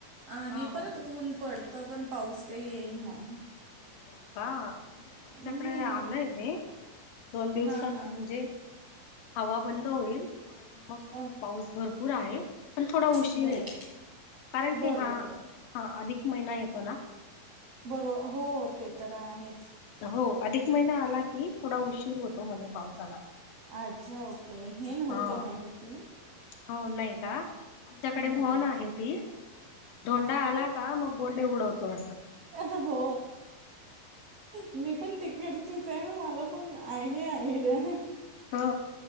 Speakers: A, on the right (about 70°); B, on the left (about 70°).
A: आणि
B: हा हो.
A: परत ऊन पडतं पण पाऊस काही येईना.
B: हो का नाही आमच्याकडे
A: हं.
B: आलंय ते, दोन दिवसात
A: हां, हां.
B: म्हणजे हवा बंद होईल. आणि मग
A: अ,
B: पाऊस भरपूर आहे पण थोडा उशीर
A: बरं
B: आहे. कारण
A: बरोबर,
B: की हा हा अधिक महिना येतो ना.
A: बरो हो ते तर आहेच.
B: हो अधिक महिना आला की थोडा उशीर होतो म्हणे पावसाला.
A: अच्छा ओके हे नव्हतं
B: हा
A: माहिती.
B: हो नाही का? आमच्याकडे
A: नाही.
B: म्हन आहे ती धोंडा
A: आ,
B: आला का मग गोंडे उडवतो अस.
A: अ हो. मी पण तिकडचीच आहे ना मला पण आहे आयडिया.
B: हो